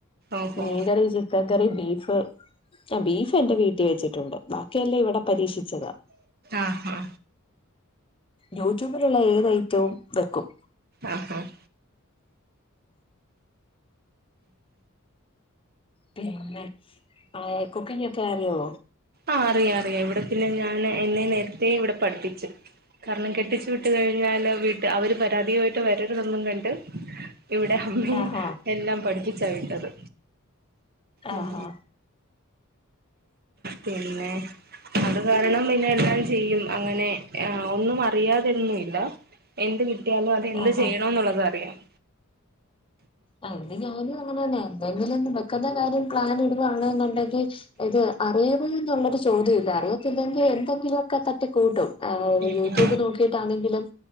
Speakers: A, on the right; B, on the left.
A: ഓഹോ
B: മീൻ കറി ചിക്കൻ കറി ബീഫ് ആ ബീഫ് എന്റെ വീട്ടിൽ വെച്ചിട്ടുണ്ട് ബാ ഇല്ല്യ ഇവിടെ പരീക്ഷിച്ചതാ
A: ആഹാ
B: യൂട്യൂബിലുള്ള ഏത് ഐറ്റവും വെക്കും
A: ആഹാ ആഹ്
B: പിന്നെ ആ കുക്കിങ്ങൊക്കെ അറിയോ
A: ആഹ് ആഹ് അറിയാം അറിയാം ഇവിടെ പിന്നെ ഞാൻ എന്നെ നേരത്തെ ഇവിടെ പഠിപ്പിച്ചു കാരണം കെട്ടിച്ച് വി വിട്ട് കഴിഞ്ഞാലോ വീട് അവര് പരാതിയായിട്ട് വരരുതൊന്നും കണ്ട് ഇവിടെ അമ്മ
B: ആഹാ
A: എല്ലാം പഠിച്ച ചെവിട്ടത് ഉം
B: ആഹാ
A: പിന്നെ അത് കാരണം പിന്നെ എല്ലാം ചെയ്യും അങ്ങനെ ഒന്നും പരാതിയും മില്ല എന്ത് ഗിഫ് കിട്യലും അത് എന്ത്
B: ആഹാ
A: ചെയ്യണം എന്നുള്ളത് അറിയില്ല
B: അല്ലെങ്കിൽ ഓലും അങ്ങനെ തന്നെ എന്തെങ്കിലൊ മക്കളുടെ കാര്യം പ്ലാൻ ഇടുകണെന്നുണ്ടെങ്കിൽ ഇത് അറിയാവ എന്നുള്ളൊരു ചോദ്യം യില്ലായിരുന്നു അറിയത്തില്ലെങ്കിൽ എന്തെങ്കിലുമൊക്കെ തട്ടി കൂട്ടും ആ
A: ഉം
B: യൂട്യൂബ് നോക്കിയിട്ടാണെങ്കിലും